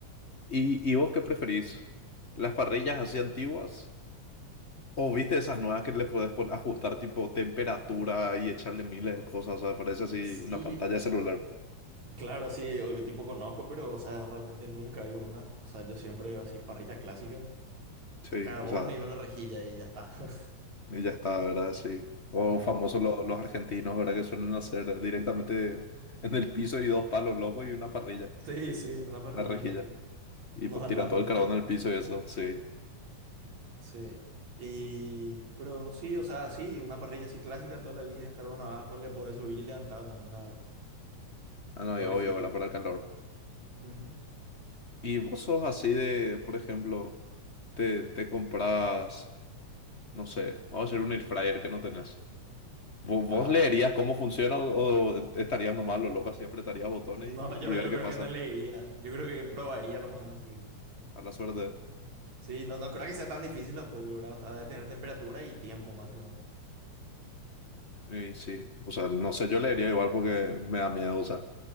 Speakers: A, on the left (about 50°); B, on the right (about 70°).
A: ¿Y, y vos qué preferís? ¿Las parrillas así antiguas? ¿O viste esas nuevas que le podés pon- ajustar tipo temperatura y echarle miles de cosas? O sea, parece así
B: Sí,
A: una pantalla de celular.
B: claro, sí, o- tipo conozco, pero, o sea, realmente nunca vi una. O sea, yo siempre así, parrilla clásica,
A: Sí,
B: carbón
A: o sea,
B: y una rejilla y ya está. <laughs>
A: y ya está, ¿verdad? Sí. O
B: Sí,
A: famosos lo- los argentinos, ¿verdad? Que suelen hacer directamente en el piso y dos palos locos y una parrilla,
B: sí, sí, una parrillita
A: la rejilla.
B: y
A: Y
B: unos
A: pues
B: alambres.
A: tiran todo el carbón
B: <laughs>
A: en el piso y eso, sí.
B: Sí. Y, pero sí, o sea, sí, una parrilla así clásica toda la vida, carbón abajo, le podés subir y levantar también la,
A: Ah, no,
B: la
A: y
B: rejilla.
A: obvio, ¿verdad? Para el calor.
B: Ujú.
A: Y vos sos así de, por ejemplo, te, te compras, no sé, vamos a hacer un air fryer que no tenés. ¿Vos,
B: Ajá.
A: vos leerías cómo funciona o, o estarías nomás lo loco así apretarías botones
B: No,
A: y,
B: yo,
A: y ver
B: yo
A: qué
B: creo
A: pasa?
B: que no le iría. Yo creo que probaría nomás, sí.
A: A la suerte.
B: Sí, no, no creo que sea tan difícil tampoco, ¿verdad? O sea, de tener temperatura y tiempo máximo.
A: Y sí, o sea, no sé, yo leería igual porque me da miedo, o sea,